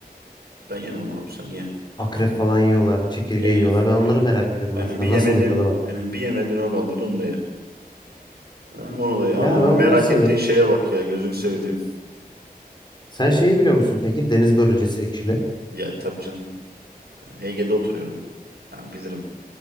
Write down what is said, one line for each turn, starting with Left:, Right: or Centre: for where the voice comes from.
Right: ben yemem abi sen ye.
Left: akrep falan yiyorlar, çekirge
Right: Ye
Left: yiyorlar.
Right: ye.
Left: Ben onları
Right: Bir,
Left: merak ediyorum
Right: aynen
Left: mesela.
Right: bir yemediğin,
Left: Nasıl bir tadı var?
Right: aynen bir yemediğin o kaldıydı onu da ye. Ha, Onu da
Left: Ya
Right: aman ha,
Left: ben onları
Right: merak
Left: seviyorum.
Right: ettiğin şeye bak ya gözünü sevdiğim.
Left: Sen şeyi biliyor musun peki? Deniz börülcesi ekşili.
Right: Ya tabii canım ben Ege'de oturuyorum. yani bilirim.